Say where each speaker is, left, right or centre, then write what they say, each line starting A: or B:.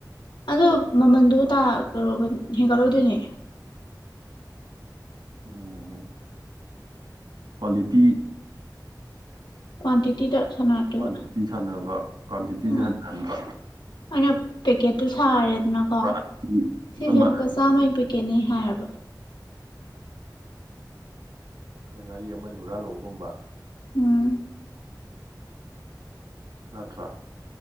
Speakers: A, on the left (about 80°); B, on the right (about 85°).
A: ꯑꯗꯣ ꯃꯃꯟꯗꯣ ꯇꯥ ꯀꯩꯅꯣ ꯍꯦꯟꯒꯠꯂꯣꯏꯗꯣꯏꯅꯦ
B: ꯑꯣ ꯀ꯭ꯋꯥꯂꯤꯇꯤ
A: ꯀ꯭ꯋꯥꯟꯇꯤꯇꯤꯗ ꯁꯥꯟꯅꯔꯛꯇꯣꯏꯕ
B: ꯀ꯭ꯋꯥꯟꯇꯤꯇꯤ ꯁꯥꯟꯅꯕ ꯀ꯭ꯋꯥꯟꯇꯤꯇꯤꯁꯦ
A: ꯎꯝ
B: ꯍꯟꯊꯍꯟꯕ
A: ꯑꯩꯅ ꯄꯦꯛꯀꯦꯠꯇꯨ ꯁꯥꯔꯦꯗꯅꯀꯣ
B: ꯄ꯭ꯔꯥꯏꯁꯇꯤ
A: ꯁꯤꯁꯦ
B: ꯆꯞ ꯃꯥꯟꯅꯍꯟꯕ
A: ꯂꯨꯄꯥ ꯆꯥꯝꯃ ꯄꯤꯀꯦꯅꯤ ꯍꯥꯏꯔꯕ
B: ꯅꯣꯏ ꯉꯥꯔꯤ ꯑꯃ ꯍꯨꯔꯥꯟ ꯂꯧꯕꯒꯨꯝꯕ
A: ꯎꯝ
B: ꯅꯠꯇ꯭ꯔꯣ